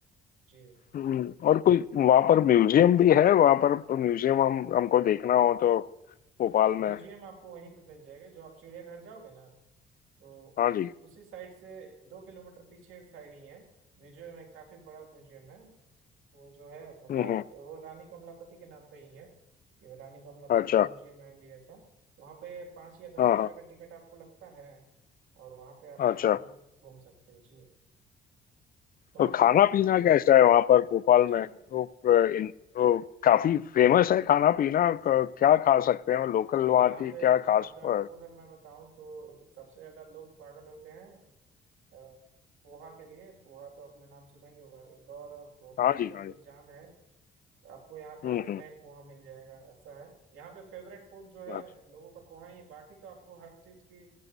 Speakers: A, on the right; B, on the left.
A: जी
B: हम्म, और कोई वहां पर म्यूजियम भी है वहां पर म्यूजियम हम हमको देखना हो तो भोपाल
A: म्यूजियम
B: में
A: आपको वहीं पे मिल जाएगा जो आप चिड़ियाघर जाओगे ना तो
B: हाँ जी
A: उसी साइड से दो किलोमीटर पीछे साइड ही है म्यूजियम है काफी बड़ा म्यूजियम है वो जो है भोपाल
B: हम्म हम्म,
A: वो रानी कमलापति के नाम पे ही है ये रानी कमलापति
B: अच्छा
A: म्यूजियम एंड ये सब वहाँ पे पाँच या दस
B: हाँ
A: रुपए
B: हाँ
A: का टिकट आपको लगता है और वहाँ पे आप
B: अच्छा
A: म्यूजियम घूम सकते हो जी तो मैं
B: और खाना
A: बोल रहा था
B: पीना
A: कि
B: कैसा है वहां पर भोपाल
A: जी
B: में तो अ, इन तो काफी फेमस है खाना पीना क- क्या खा सकते हैं लोकल वहाँ
A: यहाँ
B: की
A: पे
B: क्या
A: यहाँ
B: खास
A: पे आपको
B: अ,
A: अगर मैं बताऊँ तो सबसे ज्यादा लोग पागल होते हैं अ, पोहा के लिए पोहा तो आपने नाम सुना ही होगा इंदौर और भोपाल
B: हाँ
A: की
B: जी
A: बिल्कुल
B: हाँ जी
A: जान है आपको यहाँ पे
B: हम्म
A: एनी
B: हम्म
A: टाइम पोहा मिल जाएगा ऐसा है यहाँ पे फेवरेट फूड जो है
B: अच्छा
A: लोगों का पोहा ही है बाकी तो आपको हर चीज की